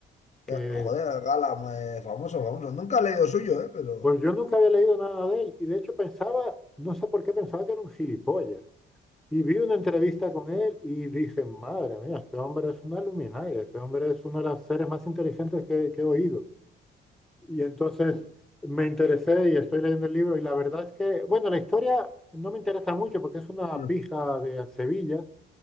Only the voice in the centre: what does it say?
que
pues yo nunca había leído nada de él y de hecho pensaba, no sé por qué pensaba que era un gilipollas. Y vi una entrevista con él y dije, madre mía, este hombre es una luminaria, este hombre es uno de los seres más inteligentes que, que he oído. Y entonces me interesé y estoy leyendo el libro y la verdad es que, bueno, la historia no me interesa mucho porque es una
pija de Sevilla